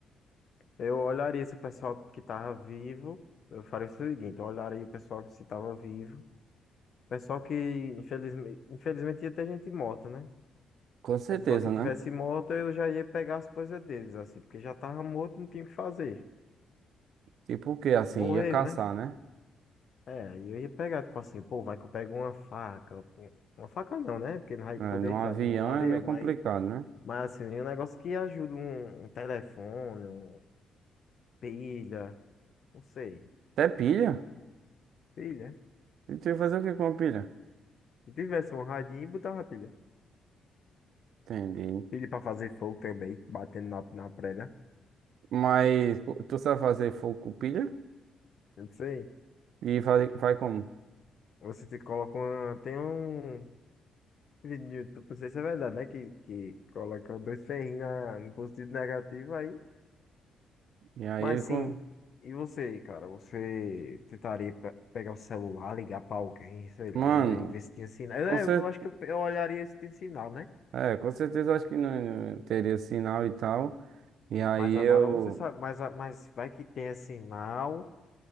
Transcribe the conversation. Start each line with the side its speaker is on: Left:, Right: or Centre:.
Left: Eu olharia se o pessoal que tava vivo. Eu faria o seguinte: eu olharia o pessoal que se tava vivo. Pessoal que, infelizmente, infelizmente ia ter gente morta, né?
Right: Com certeza,
Left: Pessoal que tivesse
Right: né?
Left: morto, eu já ia pegar as coisas deles, assim, porque já tava morto, não tinha o que fazer.
Right: Tipo o quê? Assim,
Left: Morreu,
Right: ia caçar,
Left: né?
Right: né?
Left: É, aí eu ia pegar, tipo assim, pô, vai que eu pego uma faca. um- Uma faca não, né? Porque não vai
Right: É,
Left: poder
Right: num avião
Left: entrar no, no avião,
Right: é meio
Left: mas,
Right: complicado, né?
Left: mas assim, um negócio que ajuda um, um telefone, um, pilha, não sei.
Right: Até pilha.
Left: Pilha?
Right: E tu ia fazer o que com a pilha?
Left: Se tivesse um radinho, botava pilha.
Right: Entendi.
Left: Pilha pra fazer fogo também, batendo na, na prega.
Right: Mas co- tu sabe fazer fogo com pilha?
Left: Não sei.
Right: E vai, vai como?
Left: Você te coloca uma. Tem um. E no YouTube, não sei se é verdade, né? Que, que, que colocam dois ferrinhos na- no positivo e negativo aí.
Right: E aí
Left: Mas
Right: ele
Left: sim,
Right: com...
Left: e você, cara? Você tentaria pe- pegar o celular, ligar pra alguém, sei lá,
Right: Mano,
Left: e aí ver se tinha sinal. Eu,
Right: com
Left: eu
Right: cer...
Left: acho que eu, pe- eu olharia se tinha sinal, né?
Right: é, com certeza eu acho que não não teria sinal e tal. E aí
Left: Mas agora
Right: eu...
Left: você sabe, mas, a- mas vai que tenha sinal,